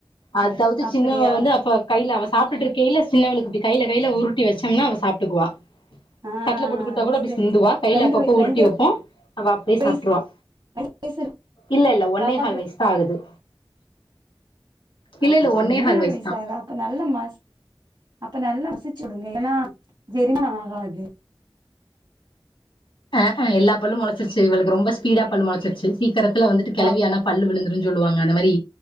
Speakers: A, on the left; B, on the right.
A: அதாவது
B: அப்டியா
A: சின்னவ வந்து அப்ப கையில அவசம் சாப்பிட்டு இருக்கையில சின்னவவளுக்கு இப்ப கில கையில உருட்டி வச்சோம்ன அவ சாப்பிட்டுக்குவா
B: ஆ
A: தட்டல போட்டு கொடுத்தா
B: அது
A: கூட அப்டி
B: சரி
A: சிந்துவா கையில
B: ரெண்டு
A: அப்பப்போ
B: வய
A: உருட்டி
B: ரெண்டு
A: வைப்போம் அவ அப்டியே
B: வயசு
A: சாப்டுறவா
B: ரெண்டு வயசு இருக்கு
A: இல்ல இல்ல ஒன்னே
B: பாப்பாக்கு
A: கால்
B: ரெண்டு
A: வயசு தான் ஆகுது
B: அ
A: இல்ல இல்ல
B: ஒன்னே கால்
A: வயசுதா
B: வயசாகதா அப்ப நல்லமா அப்ப நல்லா வசிச்சுடுங்க ஏன்னா ஜெரிமம் ஆகாது
A: அஹஹ எல்லா பல்லும் முளச்சிருச்சி இவள ரொம்பஸ்பீடா பல்லு முளச்சிருச்சி க்கத்துல வந்துட்டு கிளவியானா
B: அப்
A: பல் விழுந்துருன்னு சொல்லுவாங்க அந்த மாரி